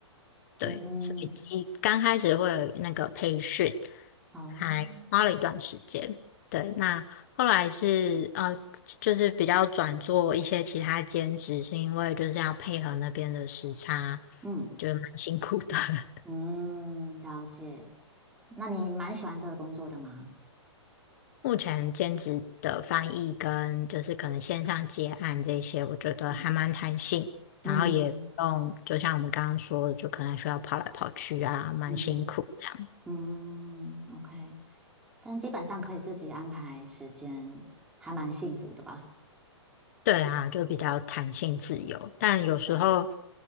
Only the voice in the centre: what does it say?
嗯嗯
哦
嗯
嗯，了解。那你蛮喜欢这个工作的吗？
嗯
嗯
嗯哼嗯，OK。但基本上可以自己安排时间，还蛮幸福的吧？
对啊，